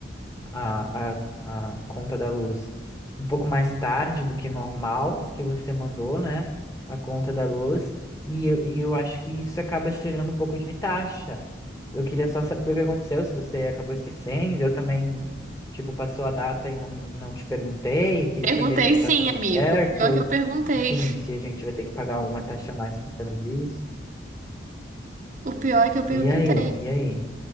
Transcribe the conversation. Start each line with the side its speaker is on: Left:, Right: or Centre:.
Left: a, a, a conta da luz um pouco mais tarde do que normal, que você mandou, né? A conta da luz. E eu, e eu acho que isso acaba gerando um pouco de taxa. Eu queria só saber o que aconteceu, se você acabou esquecendo. Eu também, tipo, passou a data e não, não te perguntei. Queria
Right: Perguntei
Left: saber se
Right: sim,
Left: tá tudo
Right: amigo.
Left: certo.
Right: Pior que eu perguntei.
Left: Enfim, se a gente vai ter que pagar alguma taxa a mais por causa disso.
Right: O pior é que eu
Left: E
Right: perguntei.
Left: aí? E aí?